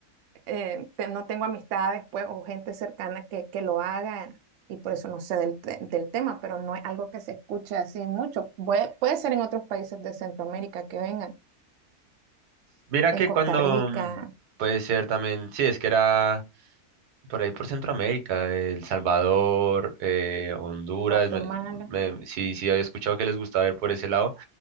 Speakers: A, on the right; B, on the right.
A: eh, te- no tengo amistades pues, o gente cercana que, que lo haga y por eso no sé del, te- del tema, pero no es algo que se escuche así mucho. Puede, puede ser en otros países de Centroamérica que vengan,
B: Mira
A: en
B: que
A: Costa
B: cuando
A: Rica,
B: mm, puede ser también, sí, es que era por ahí por Centroamérica, El Salvador, eh, Honduras,
A: Guatemala.
B: me- me- sí, sí, había escuchado que les gustaba ir por ese lado